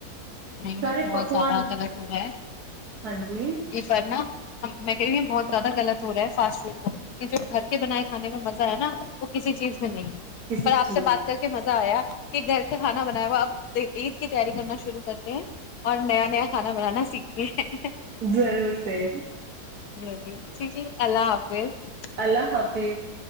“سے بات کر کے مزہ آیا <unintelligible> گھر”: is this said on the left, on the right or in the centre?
Left